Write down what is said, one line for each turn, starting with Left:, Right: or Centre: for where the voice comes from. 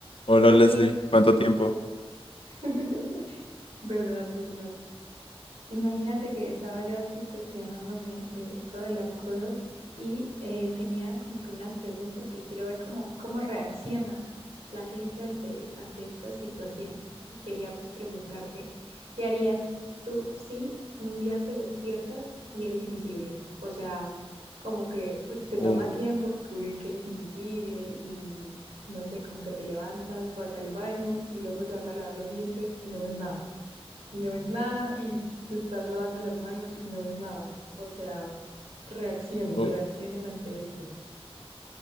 Left: Hola
Right: Oye,
Left: Leslie, ¿cuánto tiempo?
Right: <laughs> ¿verdad, verdad? Imagínate que estaba yo así cuestionándome de todas las cosas y eh, tenía como que unas preguntas que quiero ver cómo, cómo reacciona la gente ante, ante estas situaciones. Quería pues preguntarte, ¿qué harías tú si un día te despiertas y eres invisible? O sea, como que pues te toma
Left: Uh,
Right: tiempo descubrir que eres invisible y no sé, como que te levantas, vas al baño y luego te vas a lavar los dientes y no ves nada y no ves nada y te estás lavando las manos y no ves nada. O sea, reacciones,
Left: uh,
Right: reacciones ante esto.